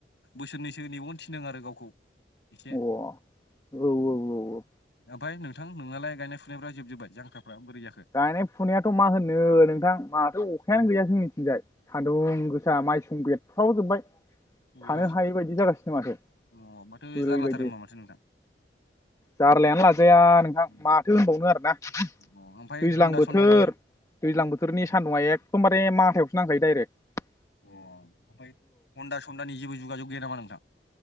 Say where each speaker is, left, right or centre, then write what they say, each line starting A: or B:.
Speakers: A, on the left; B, on the left.
A: बोसोरनैसो नेबावनो थिनदों आरो गावखौ एसे
B: अ औ औ औ
A: आमफाय नोंथां नोंनालाय गायनाय फुनायफ्रा जोबजोबबाय जांक्राफ्रा बोरै जाखो
B: गायनाय फुनायाथ' मा होननो नोंथां माथो अखायानो गैया जोंनिथिंजाय सान्दुं गोस जा माइसुं बेरफ्राव जोबबाय
A: अ
B: थानो
A: अ
B: हायै बादि जागासिनो माथो
A: अ माथो
B: ओरैबादि
A: जारलाथार होमबा माथो नोंथां
B: जारलायानो लाजाया नोंथां
A: अ
B: माथो होनबावनो आरोना
A: अ ओमफ्राय
B: दैज्लां
A: हन्दा
B: बोथोर
A: सन्दानि
B: दैज्लां बोथोरनि
A: अ
B: सान्दुंआ एखदमबारे मथायावसो नांखायो दाइरेक्ट
A: अ आमफाय ह'नदा स'नदानि जेबो जुगाजोग गैया नामा नोंथां